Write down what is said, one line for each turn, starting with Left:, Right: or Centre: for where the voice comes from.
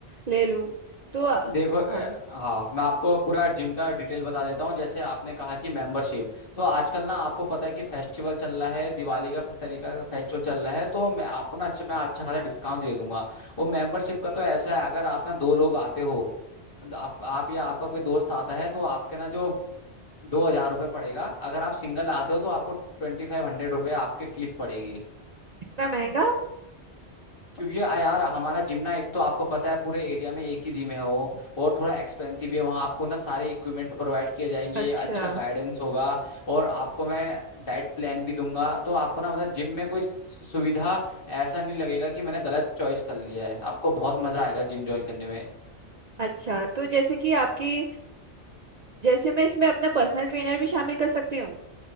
Right: ले लूँ तो आ-
Left: देखो अ,
Right: हाँ
Left: हाँ मैं आपको पूरा जिम का डिटेल बता देता हूँ जैसे आपने कहा कि मेंबरशिप तो आजकल ना आपको पता है कि फेस्टिवल चल रहा है दिवाली का तरीका का फेस्टिवल चल रहा है तो मैं आपको ना अच्छा मैं अच्छा खासा डिस्काउंट दे दूंगा वो मेंबरशिप का तो ऐसा है अगर आप ना दो लोग आते हो आप आप या आपका कोई दोस्त आता है तो आपके ना जो दो हजार रुपये पड़ेगा अगर आप सिंगल आते हो तो आपको ट्वेंटी फाइव हंड्रेड रुपये आपकी फीस पड़ेगी
Right: इतना महंगा
Left: क्योंकि या- यार हमारा जिम ना एक तो आपको पता है पूरे एरिया में एक ही जिम है वो और थोड़ा एक्सपेंसिव भी है वहाँ आपको ना सारे इक्विपमेंट्स प्रोवाइड किए जाएंगे
Right: अच्छा
Left: अच्छा गाइडेंस होगा और आपको मैं डाइट प्लान भी दूंगा तो आपको ना मतलब जिम में कोई सु- सुविधा ऐसा नहीं लगेगा कि मैंने गलत चॉइस कर लिया है आपको बहुत मजा आएगा जिम ज्वाइन करने में
Right: अच्छा तो जैसे कि आपकी जैसे मैं इसमें अपना पर्सनल ट्रेनर भी शामिल कर सकती हूँ